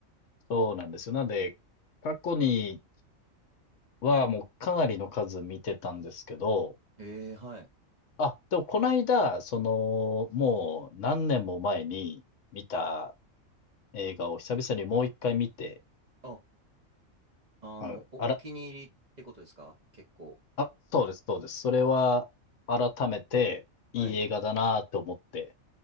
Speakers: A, on the left; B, on the right.
A: そうなんですよ。なんで、過去にはもうかなりの数見てたんですけど、
B: ええ、はい。
A: あ、でもこの間、その、もう何年も前に見た映画を久々にもう一回見て、
B: あ、あの、
A: はい。
B: お、
A: あら、
B: お気に入りってことですか結構。
A: あ、そうです、そうです。それは改めていい映画だなと思って、
B: はい